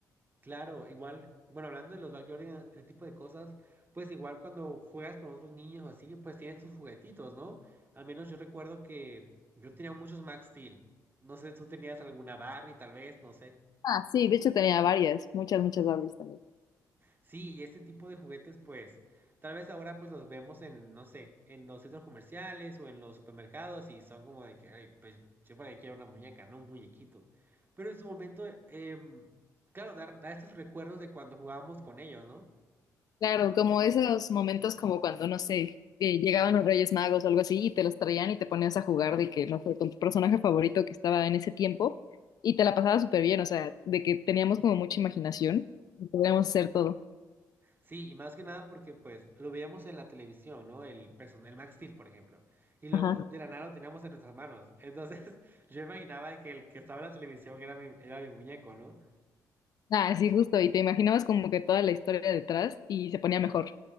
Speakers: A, on the right; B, on the left.
A: claro, igual, bueno, hablando de los backyardigans, ese tipo de cosas, pues igual cuando juegas con otros niños o así, pues tienes tus juguetitos, ¿no? Al menos yo recuerdo que yo tenía muchos Max Steel. No sé, tú tenías alguna Barbie, tal vez, no sé.
B: Ah, sí, de hecho tenía varias, muchas, muchas Barbies también.
A: Sí, y este tipo de juguetes, pues, tal vez ahora pues los vemos en, no sé, en los centros comerciales o en los supermercados y son como de que, ay, pues yo para qué quiero una muñeca, no un muñequito. Pero en su momento, em, claro, dar, da estos recuerdos de cuando jugábamos con ellos, ¿no?
B: Claro, como esos momentos como cuando, no sé, que llegaban los Reyes Magos o algo así y te los traían y te ponías a jugar de que, no sé, con tu personaje favorito que estaba en ese tiempo y te la pasabas súper bien, o sea, de que teníamos como mucha imaginación y podíamos hacer todo.
A: Sí, y más que nada porque pues lo veíamos en la televisión, ¿no? El personal Max Steel, por ejemplo. Y luego
B: Ajá.
A: de la nada lo teníamos en nuestras manos. Entonces <laughs> yo imaginaba que el que estaba en la televisión era mi, era mi muñeco, ¿no?
B: Ah, sí, justo, y te imaginabas como que toda la historia detrás y se ponía mejor.